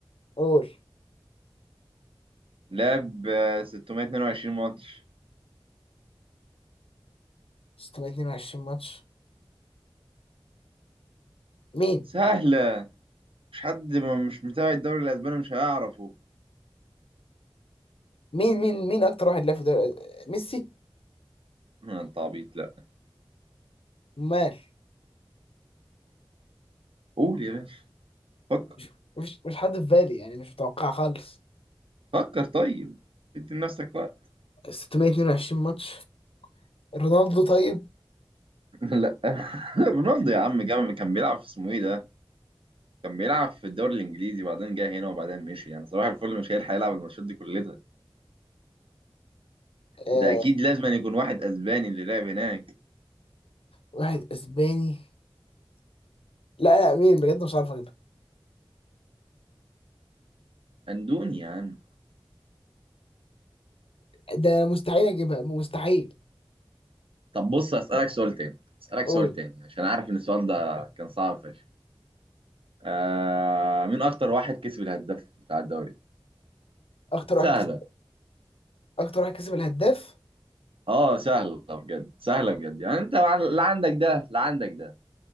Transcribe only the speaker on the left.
قول
622 ماتش مين
مين مين مين اكتر واحد لعب في دوري ميسي
مال
مش مش مش حد في بالي يعني مش متوقع خالص
622 ماتش رونالدو طيب
آه
واحد اسباني لا لا مين بجد مش عارف
ده انا مستحيل اجيبها مستحيل
قول
اكتر
واحد كسب اكتر واحد كسب الهداف